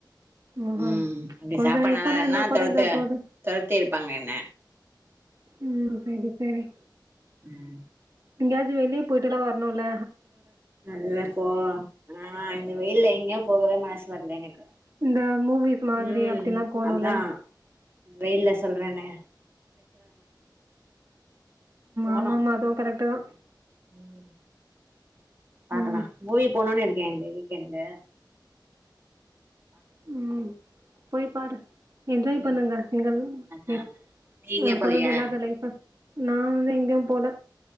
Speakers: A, on the right; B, on the right.
A: ஓஹோ!
B: உம் அப்படி
A: கொஞ்சம்
B: சாப்பாடு
A: ஹெல்ப்
B: நல்லா
A: பண்ணா
B: இல்லனா
A: என்ன கொறைஞ்சா
B: தொரத்து
A: போது?
B: தரத்தி பப்பாங்க என்ன.
A: உம் சேரி. சரி.
B: உம்.
A: எங்கயாவது வெளியபேயிட்டுல்லா வரணுல்ல
B: நல்லப்போ ஆ இந்த வெயில்ல எங்கேயு போகவே மனசு வரல எனக்கு
A: இந்த மூவிஸ் மாதிரி
B: உம்
A: அப்டிலாம் போணும்ல?
B: அதா வெயில்ல சொல்றேன்னா போனு
A: ஆமாமா அதுவு கரெக்ட் தா
B: ம் பாக்கலா
A: ம்.
B: மூவிக்கு போனுனு இருக் கேண்டதிக்கண்டு
A: உம் போய் பாரு என்ஜாய்
B: ம்
A: பண்ணுங்க நீங்கள்
B: அதா
A: எ
B: அதா நீங்க போலையா
A: கொழந்த இல்லாத லைஃப்ப நா வந்து எங்கேயு போல